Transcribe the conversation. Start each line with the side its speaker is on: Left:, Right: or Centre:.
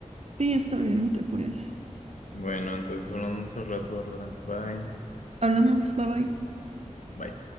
Right: Sí, está bien, no te apures.
Left: Bueno, entonces hablamos al rato, Bárbara. Bye.
Right: Hablamos, bye bye.
Left: Bye.